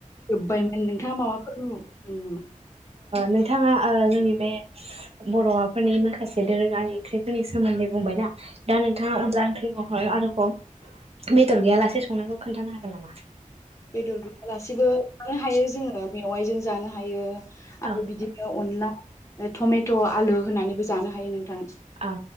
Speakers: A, on the left; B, on the right.
A: जोब्बायमोन नोंथाङा माबाफोर <unintelligible> नामा
B: नोंथाङा जोंनि बे बर'फोरनि माखासे दोरोङारि ओंख्रिफोरनि सोमोन्दै होननानै बुंबायना दा नोंथाङा अनला ओंख्रिखौ आरोबाव बेदर गैयालासे संनायखौ खोन्थानो हागोन नामा
A: बेदर गैयालासेबो जानो हायो जोङो मेवाइजों जानो हायो
B: औ
A: आरो बिदिनो अनला टमेट' आलु होनानैबो जानो हायो नोंथां
B: औ